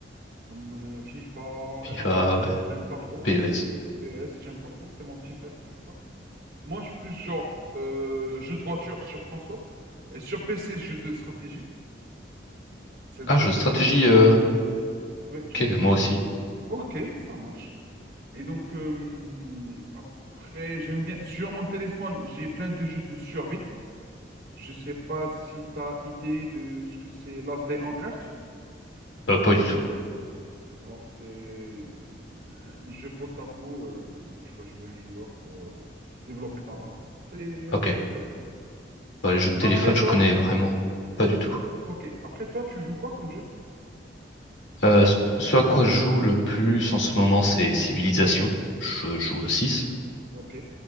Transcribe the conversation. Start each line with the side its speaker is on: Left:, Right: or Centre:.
Right: Comme euh, FIFA,
Left: FIFA,
Right: euh,
Left: ouais,
Right: j'aime pas trop,
Left: PES.
Right: non. PS, j'aime pas trop. C'est mon petit frère qui joue ça. Moi, je suis plus genre euh, jeu de voiture sur console. Et sur PC, jeu de stratégie. C'est un truc
Left: Ah, jeu de stratégie,
Right: que j'aime bien.
Left: euh,
Right: Ouais, ouais, j'aime
Left: ok,
Right: bien.
Left: moi aussi.
Right: Ok, ça marche. Et donc, euh, après, j'aime bien. Sur mon téléphone, j'ai plein de jeux de survie. Je sais pas si tu as idée de ce que c'est Last Day on Earth.
Left: Euh, pas du tout.
Right: Alors, c'est euh, un jeu post-apo euh, où tu vas jouer un joueur pour euh, développer ta base. C'est un
Left: Ok.
Right: peu très simple.
Left: Bah, les jeux de
Right: Mais
Left: téléphone,
Right: après,
Left: je
Right: toi,
Left: connais
Right: tu...
Left: vraiment pas du tout.
Right: Ok, après, toi, tu joues quoi comme jeu?
Left: Euh, ce ce à quoi je joue le plus en ce moment, c'est
Right: Mhm.
Left: Civilization. Je joue
Right: Ok,
Left: au 6.
Right: ok,